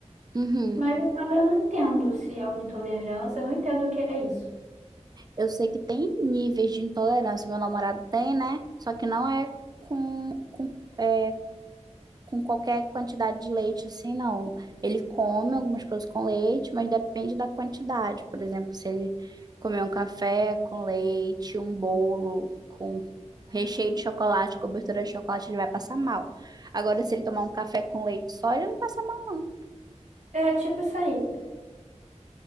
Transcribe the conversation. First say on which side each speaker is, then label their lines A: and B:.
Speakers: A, on the right; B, on the right.
A: Uhum.
B: Mas então eu não entendo se é uma intolerância, eu não entendo o que é isso.
A: Eu sei que tem níveis de intolerância. Meu namorado tem, né? Só que não é com, com é com qualquer quantidade de leite, assim, não. Ele come algumas coisas com leite, mas depende da quantidade. Por exemplo, se ele comer um café com leite, um bolo com recheio de chocolate, cobertura de chocolate, ele vai passar mal. Agora, se ele tomar um café com leite só, ele não passa mal, não.
B: É tipo isso aí,